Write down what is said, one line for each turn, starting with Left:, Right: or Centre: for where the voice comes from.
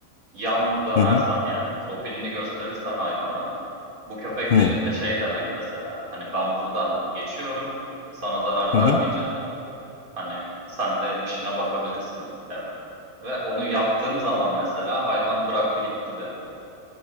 Right: yan dönersen
Left: Hı hı.
Right: yani profilini gösterirsen hayvana bu köpek
Left: Hı.
Right: dilinde şey demek mesela. Hani ben buradan geçiyorum. Sana zarar
Left: Hı
Right: vermeyeceğim.
Left: hı.
Right: Hani sen de işine bakabilirsin demek. Ve onu yaptığım zaman mesela hayvan bıraktı gitti beni.